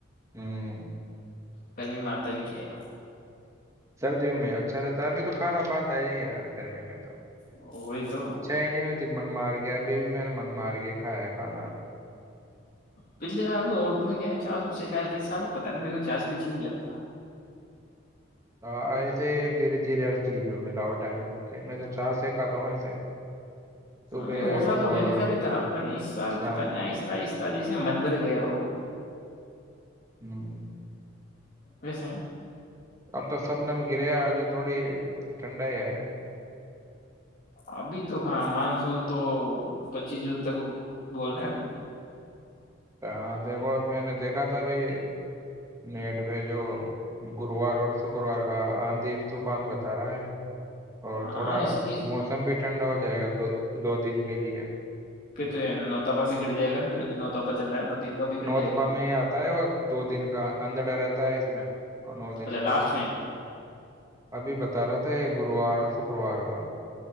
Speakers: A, on the right; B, on the left.
A: ہاں
B: پرمی ماتا بھی کیا ہے
A: سردیوں میں اچھا رہتا ہے ابھی تو کھانا بات ہے نہیں ہے یار گرمی میں تو
B: وہی تو
A: اچھا ہی نہیں ہوتی من م آر گیا بی بھی میر نے من مار کے کھایا کھانا
B: پلے ج تو ام کیا چاس اس سے کیالتاح تو پتاہ نہیں میرے کو چاس بھی اچھی نہیں لگتا
A: ہ ایسے اب دھیرے دھیرے ہر چیز میں ملاوٹ آنے لگتی میں تو چا سے کہا ہوں ایسے صبح
B: نہیں اور سال تو
A: اور
B: میں بھی کا لیتا پر اس سال
A: شام
B: پتا نہیں
A: کو
B: آہستہ آہستہ جیسے من بھر گیا ہو
A: ہوں
B: ویسے ہیں
A: اب تو سب نے میں گریا ہے جو تھوڑی ٹھنڈا ہی آ ہے
B: ابھی تواں مانسون تو پچیس جون تک بول رہا نہیں
A: ہ دیکھو اب میں نے دیکھا تھابھی نیٹ پہ جو گروار اور شکروار کا آندھییر طوفان بتا رہا ہے اور
B: ہاں
A: تھوڑا
B: اس اس
A: موسم بھی ٹھنڈا ہو جائے گا دو دو دن کے لیے
B: پھر تو یہ نوتا پا بگڑ جائے گا پھربھی نو دن کا بگڑ
A: نوتفا
B: جائے گا
A: میں ہی آتا ہے وہ دو دن کا اندھڑا رہتا ہے اس میں نو دن
B: اچھا لاسٹ
A: میں ابھی بتا رہا تھا یہ گرووار شکروار کا